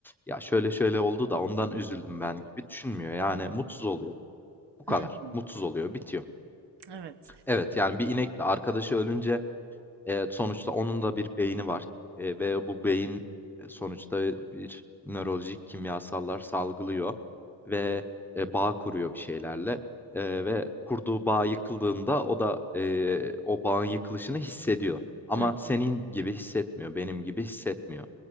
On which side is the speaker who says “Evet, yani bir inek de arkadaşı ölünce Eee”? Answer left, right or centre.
Centre